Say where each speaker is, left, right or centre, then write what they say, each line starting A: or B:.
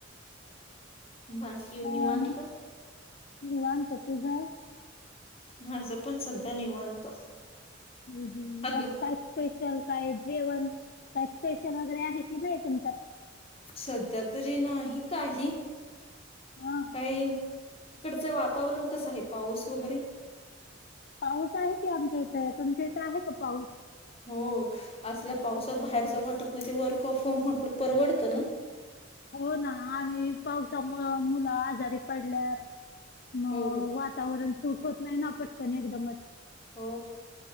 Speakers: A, on the left (about 30°); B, on the left (about 50°).
A: बाकी
B: मग
A: निवांत?
B: आणि निवांत तुझं?
A: माझं पण सध्या निवांत.
B: हू, हू
A: अदू
B: मग काय स्पेशल? काय जेवण काय स्पेशल वगैरे आहे कि नाही तुमच्यात?
A: सध्या तरी नाही काही.
B: हां
A: काही तिकडचं वातावरण कसं आहे पाऊस वगैरे?
B: पाऊस आहे की आमच्या इथं तुमच्या इथं आहे का पाऊस?
A: हो असल्या पावसात बाहेर जाऊ वाटत नाही ते वर्क ऑफ होम आपलं परवडतं ना.
B: हो ना आणि पावसामुळं मुलं आजारी पडल्या म
A: हो हो
B: वातावरण सूट होत नाही ना पटकन एकदम.
A: हो